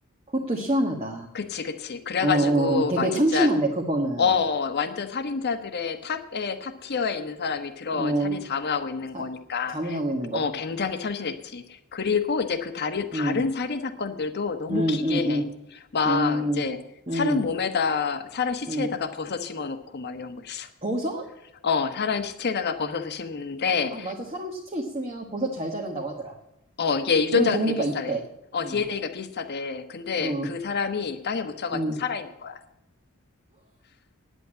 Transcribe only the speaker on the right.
그것도 희한하다.
어, 어, 어, 되게
참신하네, 그거는.
어,
사,
자문하고 있는
거야.
음,
음,
음, 음,
음,
음,
음.
버섯?
아, 맞아. 사람 시체 있으면 버섯 잘 자란다고 하더라.
그런 종류가
있대.
어,
어,
음.